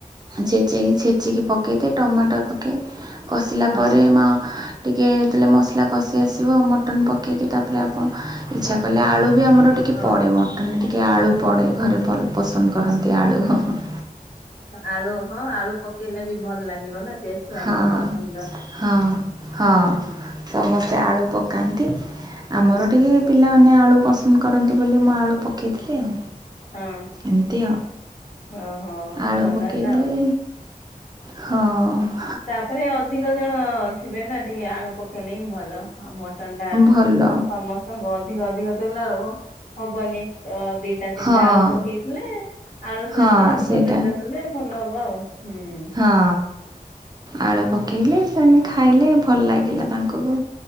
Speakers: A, on the right; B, on the left.
A: ସେ ଛେଚିକି ପକେଇଦିଏ, ଟମାଟର ପକେଇ କଷିଲା
B: ହଁ
A: ପରେ ମା ଟିକେ ତେଲ ମସଲା କଷି ଆସିବ ମଟନ ପକେଇକି ତାପରେ ଆପଣ ଇଚ୍ଛା କଲେ ଆଳୁ ବି ଆମର ଟିକେ
B: ହଁ
A: ପଡ଼େ, ମଟନରେ ଟିକେ ଆଳୁ ପଡ଼େ ଘରେ ଭଲ ପସନ୍ଦ କରନ୍ତି ଆଳୁ ହ ହଁ।
B: ଆଳୁ ହଁ ଆଳୁ ପକେଇଲେ ବି ଭଲ ଲାଗିବ ନା ଟେଷ୍ଟ ଲାଗିବ
A: ହଁ
B: ମଟନ ର।
A: ହଁ ହଁ
B: ହୁଁ।
A: ସମସ୍ତେ ଆଳୁ ପକାନ୍ତି।
B: ହୁଁ
A: ଆମର ଟିକେ ପିଲାମାନେ ଆଳୁ ପସନ୍ଦ କରନ୍ତି ବୋଲି, ମୁଁ ଆଳୁ ପକେଇଥିଲି ଆଉ
B: ହଁ
A: ଏମିତି ଆଉ
B: ଓହୋ
A: ଆଳୁ
B: ଭଲ
A: ପକେଇଦଲେ
B: ହେଲା ଆଉ
A: ହଁ।
B: ତାପରେ ଅଧିକ ଜଣ ଥିବେ ନା। ଟିକେ ଆଳୁ ପକେଇଲେ ହିଁ ଭଲ, ଆଉ ମଟନ ଟା
A: ଭଲ
B: ସମସ୍ତଙ୍କୁ ଅଧିକ ଅଧିକ ପିଲା ଆଉ ହବନି ଦିଟା ତିନିଟା
A: ହଁ
B: ଆଳୁ ପକେଇଥିଲେ, ଆଳୁ ସହିତ
A: ହଁ ସେଇଟା
B: ମଟନ ଟା ଦେଲେ ଭଲ ହବ ଆଉ। ହୁଁ
A: ହଁ ଆଳୁ ପକେଇଲେ ସେମାନେ ଖାଇଲେ ଭଲ ଲାଗିଲା ତାଙ୍କୁ କୁ